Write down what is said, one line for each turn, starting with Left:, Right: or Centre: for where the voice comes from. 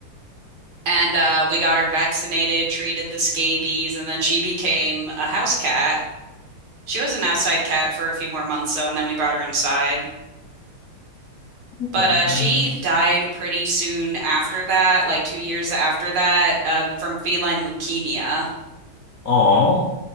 Right: And uh, we got her vaccinated, treated the scabies, and then she became a house cat. She was an outside cat for a few more months, though, and then we brought her inside.
Left: Okay.
Right: But uh,
Left: Nice.
Right: she died pretty soon after that, like two years after that, uh, from feline leukemia.
Left: Aw.